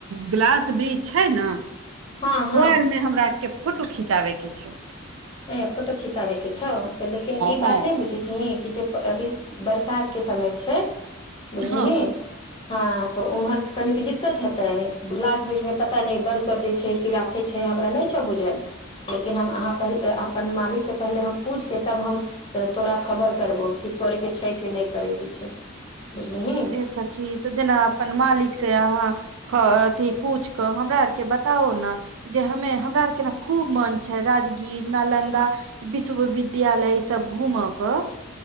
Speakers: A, on the right; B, on the left.
A: ग्लास बृष छैय ने
B: हँ हँ
A: ओ आरमे हमरा आरके फोटो खिचाबैके छैय।
B: आ फोटो खिचाबे के छौ तऽ लेकिन ई
A: हँ
B: बात नहि बुझै छही कि जे अभी बरसातके समय छैय बुझलिही।
A: हँ
B: हँ तऽ उम्हर तऽ कनीक दिक्कत हेते गिलास वृष में पता नहि बंद कर देै छैय कीड़ा की छैय हमरा नहि छौ बुझल लेकिन हम आहा पहिल अपन मालिकसँ पहिले हम पूछिके तब हम तऽ तोरा खबर करबौ कि करे के छैय कि नहि करे के छैय बुझलिही।
A: ए सखी तऽ जेना अपन मालिक से अहाँ ह अथि पूछि कऽ हमरा आरके बताओ ने। जे हमे हमरा आरके ने खूब मन छै राजगीर नालन्दा विश्वविद्यालय इसब घूम के।